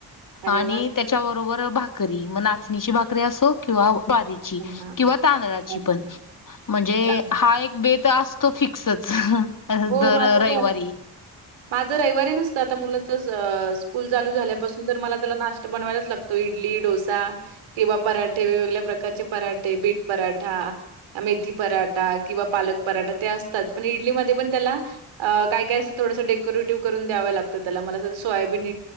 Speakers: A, on the right (about 80°); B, on the left (about 40°).
A: अरे
B: आणि
A: वाह!
B: त्याच्याबरोबर भाकरी मग नाचणीची भाकरी असो किंवा बारी
A: हां, हां.
B: किवा तांदळाची
A: अच्छा.
B: पण म्हणजे
A: चांगलं.
B: हा एक बेत अस तो फिक्सच
A: हो
B: दर
A: माझं
B: रविवारी.
A: पण माझं रविवारी नसतं आता मुलाच स्कूल चालू झाल्यापासून जर मला त्याला नाष्टा बनवायलाच लागत तो इडली डोसा किंवा पराठे वेगवेगळ्या प्रकारचे पराठे, बीट पराठा मेथी पराठा किंवा पालक पराठा ते असतात पण इडलीमध्ये पण त्याला काय काय अस थोडंसं डेकोरेटिव्ह करून द्याव लागतं त्या म सोयाबीन